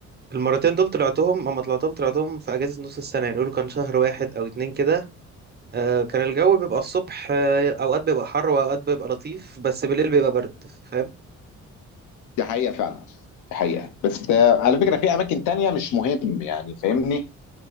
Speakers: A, on the right; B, on the left.
A: المرتين دول طلعتهم اما طلعتهم طلعتهم في اجازه نص السنه يعني يقولوا كان شهر واحد او اتنين كده آه، كان الجو بيبقى الصبح آه، اوقات بيبقى حر واوقات بيبقى لطيف بس بالليل بيبقى برد فاهم
B: دي حقيقة فعلا دي حقيقة بس آه، على فكرة في أماكن تانية مش مهم يعني فاهمني